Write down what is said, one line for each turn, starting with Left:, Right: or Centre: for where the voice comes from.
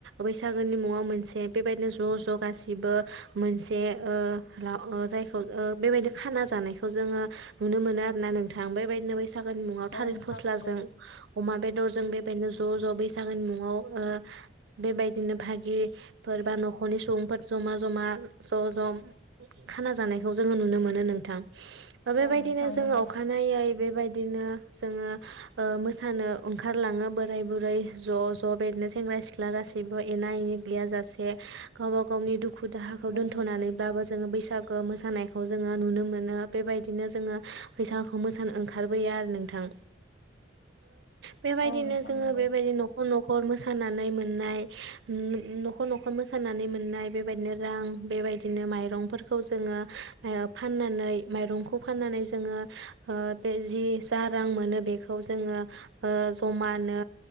Right: बैसागोनि मुङाव मोनसे बेबायदिनो ज' ज' गासिबो मोनसे ओ जायखौ बेबायदिनो खाना जानायखौ जोङो नुनो मोनो आरोना नोंथां बेबायदिनो बै बैसागोनि न'आव थालिर
Left: औ नोंथां
Right: फास्राजों
Left: नंगौ
Right: अमा बेदरजों बेबादिनो ज' ज' बैसागोनि मुङाव ओ बेबायदिनो भागिफोर बा न'खरनि सुबुंफोर जमा जमा ज' ज' खाना जानायखौ जोङो नुनो मोनो नोंथां बेबायदिनो
Left: औ नोंथां
Right: जोङो
Left: नंगौ
Right: अखानायै बेबायदि बिदिनो जोङो मोसानो ओंखारलाङो बोराय बुरै ज' ज' बेदिनो सेंग्रा सिख्ला गासिबो एनि जोंनि गैया जासे गावबा गावनि दुखु दाहा खौ
Left: औ
Right: दोनथ'नानैब्लाबो
Left: नोंथां नंगौ
Right: जोङो बैसाग गो मोसानायखौ जोङो नुनो मोनो बेबायदिनो जोङो फैसाखौ मोसानो ओंखारबोयो आरो नोंथां बेबायदिनो
Left: औ नोंथां
Right: जोङो
Left: नंगौ
Right: बेबायदिनो न'खर न'खर मोसानानै नाय नो नखर नखर मोसानानै मोननाय बेबायदिनो रां बेबायदिनो माइरंफोर खौ जोङो माया फाननानै मायरंखौ जोङो ओ जे जि‌ जा रां‌ मोनो बेखौ जोङो ओ जमानो